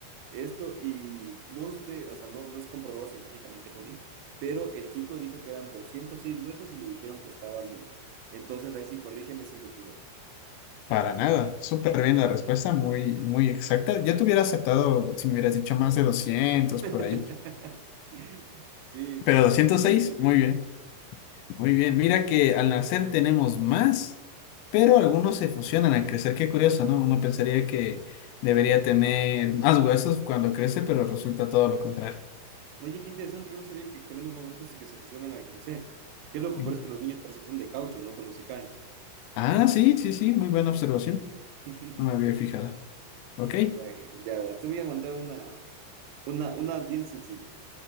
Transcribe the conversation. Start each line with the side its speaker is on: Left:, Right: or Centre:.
Right: esto y no sé, o sea, no, no es comprobado científicamente por mí, pero el chico dijo que eran 206 huesos y le dijeron que estaba bien. Entonces ahí sí, corrígeme si me equivoco.
Left: Para nada, súper bien la respuesta, muy, muy exacta. Yo te hubiera aceptado si me hubieras dicho más de 200
Right: <laughs>
Left: por ahí,
Right: Sí, es
Left: pero
Right: justo
Left: doscientos
Right: lo
Left: seis,
Right: que dijo
Left: muy
Right: el chico.
Left: bien, muy bien. Mira que al nacer tenemos más, pero algunos se fusionan al crecer, qué curioso, ¿no? Uno pensaría que debería tener más huesos cuando crece, pero resulta todo lo contrario.
Right: Oye, qué interesante, yo no sabía que tenemos modelos de esos que se fusionan al crecer. Qué loco,
Left: Mira.
Right: pero es que los niños parece que son de caucho, ¿no? Cuando se caen.
Left: Ah, sí, sí, sí, muy buena observación,
Right: <laughs>
Left: no me había fijado.
Right: Qué
Left: Ok,
Right: cague. ya verás, te voy a mandar una, una, una bien sencilla,